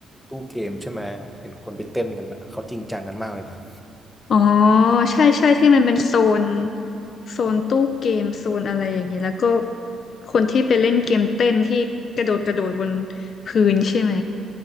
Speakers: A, in the centre; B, on the left.
A: ตู้เกมใช่ไหมเห็นคนไปเต้นกันอะเขาจริงจังกันมากเลยนะ
B: อ๋อใช่ใช่ที่มันเป็นโซนโซนตู้เกมโซนอะไรอย่างนี้แล้วก็คนที่ไปเล่นเกมเต้นที่กระโดดกระโดดบนพื้นใช่ไหม